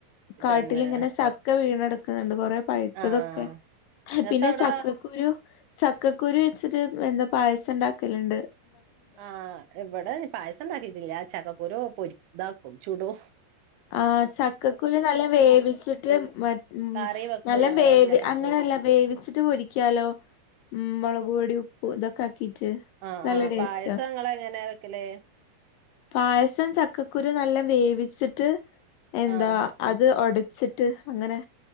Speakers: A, on the right; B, on the left.
A: ഇതന്നെ
B: കാട്ടിലിങ്ങനെ സക്ക വീണടുക്ക ുന്നുണ്ട് കൊറെ പഴുത്തതൊക്കെ
A: ആഹ് ഇങ്ങക്ക്
B: പിന്നെ
A: അവിടെ
B: ചക്കക്കൊരു ചക്കക്കുരി വെച്ചിട്ട് എന്താ പായസം ഉണ്ടാക്കലണ്ട്
A: ആഹ എവിടെ പായസം ഉണ്ടാക്കിയിട്ടില്ല ചക്കക്കൂരോ പൊരി ഇതാക്കും ചൂടോ
B: ആ ചക്കക്കുഴി നല്ല വേവിച്ചിട്ട് മ
A: കറി വെക്കും
B: നല്ല
A: ഞങ്ങള്
B: വേങ്ങ
A: ചക്കക്കുരു
B: അല്ല വേവിച്ചിട്ട് പൊരിക്കാലോ ഉ മുളക് പൊടി ഉപ്പ് ഇതൊക്കെ ച്ച്
A: ആഹ്
B: നല്ല
A: ആഹ്
B: ടേസ്റ്റ്ാ
A: പായസം ഇങ്ങളെങ്ങനെ വെക്കല്
B: പായസം ചക്കക്കുരു നല്ലാം വേവിച്ചിട്ട് എന്താ
A: ആഹ്
B: അത് ഒടച്ചിട്ട് അങ്ങനെ